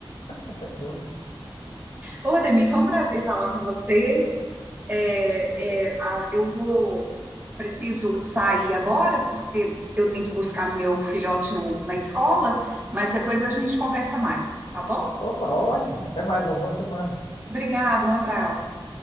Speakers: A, on the left; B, on the right.
A: Ah, Sem dúvida.
B: Ô, Ademir, foi um prazer falar com você. É, é, a- eu vou preciso sair agora, porque eu tenho que buscar meu filhote no- na escola, mas depois a gente conversa mais, tá bom?
A: Opa, ótimo. Até mais, uma boa semana.
B: Obrigada, um abraço.